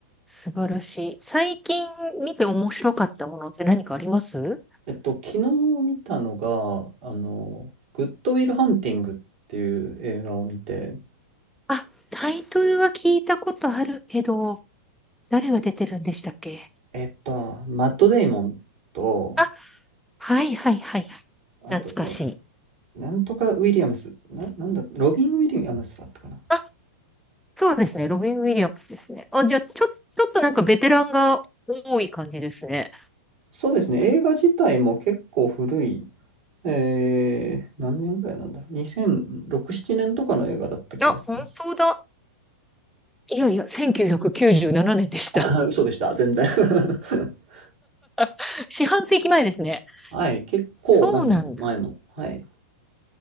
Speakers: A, in the centre; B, on the right.
A: 素晴らしい。最近見て面白かったものって何かあります
B: えっと、昨日見たのが、あの、グッドウィルハンティングっていう映画を見て、
A: あ、タイトルは聞いたことあるけど、誰が出てるんでしたっけ
B: えっと、マット・デイモンと、
A: あはいはいはいはい。
B: あと、
A: 懐かしい。
B: なんとかウィリアムス、な、なんだ、ロビン・ウィリアムスだったかな。
A: あ、そうですね。ロビン・ウィリアムスですね。あ、じゃあ、ちょ、ちょっとなんかベテランが多い感じですね。
B: そうですね、映画自体も結構古い、えー、何年ぐらいなんだろう、2006、7年とかの映画だった気がします。
A: あ、本当だ。いやいや、1997年でした。
B: <laughs> あ嘘でした、全然 <laughs>
A: <laughs> 四半世紀前ですね。
B: はい、結構なんで、
A: そうなんだ。
B: 前の。はい。